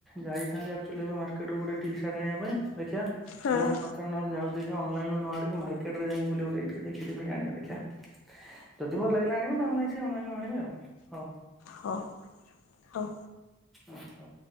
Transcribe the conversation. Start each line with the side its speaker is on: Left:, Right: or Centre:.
Centre: ଯାଇଥାନ୍ତି ଆକ୍ଚୁଆଲି ଏବେ ମାର୍କେଟକୁୁ ଗୋଟେ ଟି ସାର୍ଟ ଆଣିବା ପାଇଁ। ଦେଖିବା
Left: ହଁ
Centre: ତୁମର କଥା ନହେଲେ ଯାଉଛି ଦେଖିବା ଅନଲାଇନୁ ନ ଆଣିକି ମା ମାର୍କେଟ ରେ ଯାଇଁକି ବୁଲି ବୁଲାକି ଟିକେ ଦେଖ ଦେବି ଆଣୀବା ଦେଖିବା ଯଦି ଭଲ ଲାଗିଲା ଆଣିବି ନହେଲେ ନାଇଁ ସେ ଅନଲାଇନ୍ ରୁ ଆଣିବେ ଆଉ ହଉ।
Left: ହଁ ହଉ।
Centre: ଆଛା।